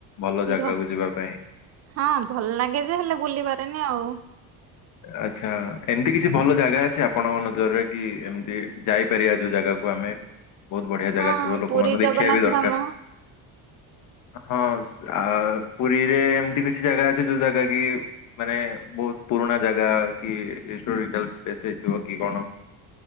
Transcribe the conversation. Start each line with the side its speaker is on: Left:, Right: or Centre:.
Left: ଭଲ ଜାଗାକୁ
Right: ଭ
Left: ଯିବା ପାଇଁ?
Right: ହଁ, ଭଲ ଲାଗେ ଯେ ହେଲେ ବୁଲି ପାରେନି ଆଉ।
Left: <inaudible> ଆଚ୍ଛା ଏମତି କିଛି ଭଲ ଜାଗା ଅଛି ଆପଣଙ୍କ ନଜରରେ କି ଏମିତି ଯାଇପାରିବା ଯୋଉ ଜାଗାକୁ ଆମେ? ବହୁତ ବଢିଆ ଜାଗା
Right: ହଁ
Left: ଥିବ ଲୋକମାନଙ୍କୁ
Right: ପୁରୀ ଜଗନ୍ନାଥ
Left: ଦେଖିବା ବି ଦରକାର?
Right: ଧାମ।
Left: ହଁ ଆ ପୁରୀରେ ଏମିତି କିଛି ଜାଗା ଅଛି ଯୋଉ ଜାଗା କି ମାନେ ବହୁତ ପୁରୁଣା ଜାଗା କି ହିଷ୍ଟୋରିକାଲ ପ୍ଲେସ ହୋଇଥିବ କି କଣ? <inaudible>